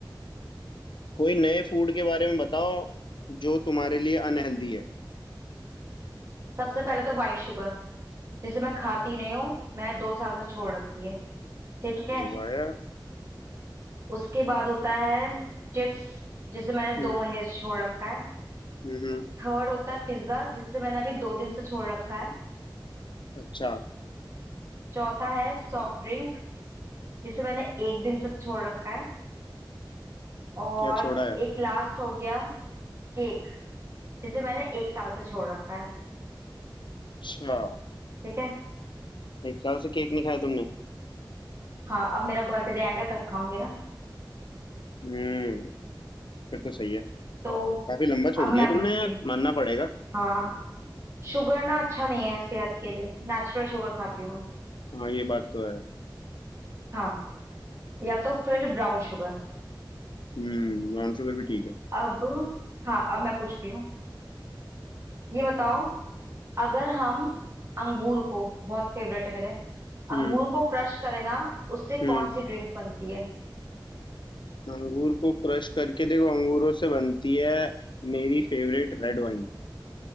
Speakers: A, on the left; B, on the right.
A: कोई नए फूड के बारे में बताओ जो तुम्हारे लिए अनहेल्दी है
B: सबसे पहले तो वाइट शुगर जिसे मैं खाती नहीं हूँ मैं दो साल से छोड़ रखी है ठीक है
A: अरे वाह यार
B: उसके बाद होता है चिप्स जिसे मैंने
A: हम्म
B: दो महीने से छोड़ रखा है
A: हम्म हम्म।
B: थर्ड होता है पिज्जा जिसे मैंने अभी दो दिन से छोड़ रखा है
A: अच्छा
B: चौथा है सॉफ्ट ड्रिंक जिसे मैंने एक दिन से छोड़ रखा है और
A: क्या छोड़ा है
B: एक लास्ट हो गया केक जिसे मैंने एक साल से छोड़ रखा है
A: अच्छा
B: ठीक है
A: एक साल से केक नहीं खाया तुमने
B: हाँ अब मेरा बर्थडे आएगा तब खाऊंगी ना
A: हम्म फिर तो सही है
B: तो
A: काफी लंबा छोड़
B: अब मैं
A: दिया तुमने
B: पूछती
A: यार
B: हूँ
A: मानना पड़ेगा
B: हाँ शुगर ना अच्छा नहीं है सेहत के लिए नेचुरल शुगर खाती हूँ मैं
A: हाँ ये बात तो है
B: हाँ या तो फिर ब्राउन शुगर
A: हम्म ब्राउन शुगर भी ठीक है
B: अब हाँ अब मैं पूछती हूँ ये बताओ अगर हम अंगूर को बहुत फेवरेट है मेरे
A: हम्म
B: अंगूर को क्रश करें ना उससे
A: हम्म
B: कौन सी ड्रिंक बनती है
A: अंगूर को क्रश करके देखो अंगूरों से बनती है मेरी फेवरेट रेड वाइन